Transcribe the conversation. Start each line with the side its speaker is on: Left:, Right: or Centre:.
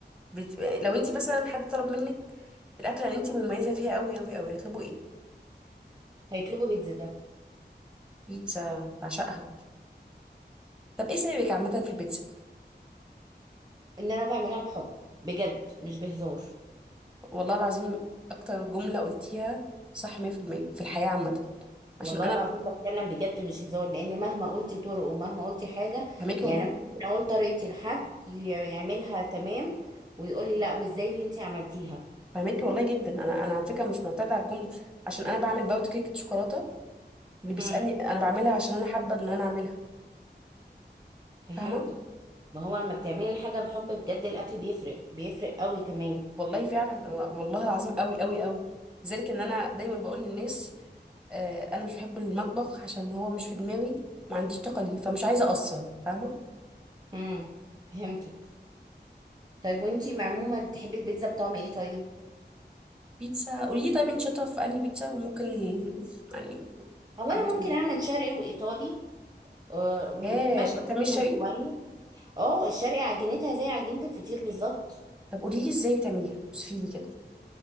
Centre: بت... لو انت مثلا حد طلب منك الاكله اللي انت مميزه فيها قوي قوي قوي هتطلبوا ايه
Right: هيطلبوا بيتزا
Centre: بيتزا بعشقها طب ايه سببك عامه في البيتزا
Right: ان انا بعملها بحب بجد مش بهزار
Centre: والله العظيم اكتر جمله قلتيها صح 100% في المية في الحياه عامه
Right: والله
Centre: عشان انا
Right: العظيم بتكلم بجد مش هزار لان مهما قلتي طرق ومهما قلتي حاجه
Centre: فهماكي
Right: يعني
Centre: والله
Right: ممكن اقول طريقتي لحد ي- يعملها تمام ويقول لي لا مش زي اللي انت عملتيها
Centre: فهماكي والله جدا انا انا على فكره مش معتاده على الجمله عشان انا بعمل باود كيكه شوكولاته اللي بيسالني
Right: امم
Centre: انا بعملها عشان انا حابه ان انا اعملها
Right: فهمت
Centre: فاهمه
Right: ما هو لما بتعملي الحاجة بحب بجد الأكل بيفرق بيفرق قوي كمان
Centre: والله فعلا والله العظيم قوي قوي قوي لذلك ان انا دايما بقول للناس آه، انا مش بحب المطبخ عشان هو مش في دماغي ما عنديش طاقه ليه فمش عايزه اقصر فاهمه
Right: امم فهمتك طيب وانتي عموما تحبي البيتزا بطعم ايه طيب؟
Centre: بيتزا قولي لي طيب انت شاطره في انهي بيتزا وممكن يعني
Right: هو
Centre: ادوس
Right: انا ممكن
Centre: معاكي
Right: اعمل شرقي وايطالي آه، م-
Centre: ها
Right: ماشي
Centre: بتعملي
Right: فيهم
Centre: شرقي
Right: كويس اه الشرقي عجينتها زي عجينة الفطير بالظبط
Centre: طب قولي لي ازاي بتعمليها وصفي لي كده